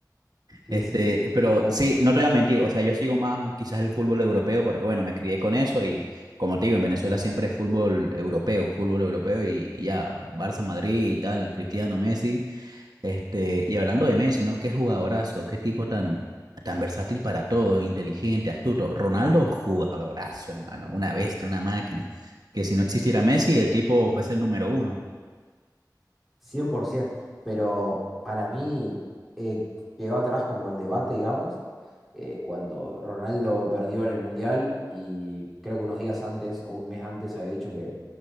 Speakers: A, in the centre; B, on the right.
A: Sí,
B: Este,
A: sí, sí,
B: pero
A: Totalmente.
B: sí, no te voy a mentir, o sea, yo sigo más quizás el fútbol europeo porque, bueno, me crié con eso y, como te digo, en Venezuela siempre es fútbol europeo, fútbol europeo y, y ya, Barça, Madrid y tal, Cristiano, Messi, este, y hablando de Messi, ¿no? Qué jugadorazo, qué tipo tan, tan versátil para todo, inteligente, astuto. Ronaldo, jugadorazo, hermano, una bestia, una máquina, que si no existiera
A: Sí,
B: Messi,
A: sí.
B: el tipo fuese el número uno.
A: 100%, pero para mí eh, quedó atrás como el debate, digamos, eh, cuando Ronaldo perdió en el Mundial y creo que unos días antes o un mes antes había dicho que